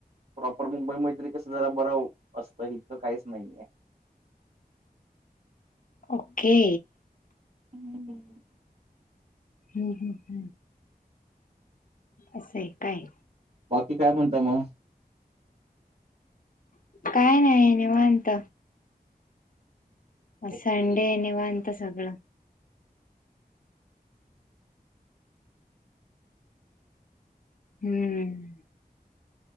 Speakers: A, on the right (about 60°); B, on the left (about 60°).
A: प्रॉपर मुंबई मैत्री कस जरा बरं असतं हिथ काहीच नाहीये
B: ओके
A: हम्म हम्म
B: हम्म हम्म हम्म असं आहे काय
A: बाकी काय म्हणता मग
B: काय नाही निवांत आज
A: ओके,
B: संडे आहे निवांत सगळं हम्म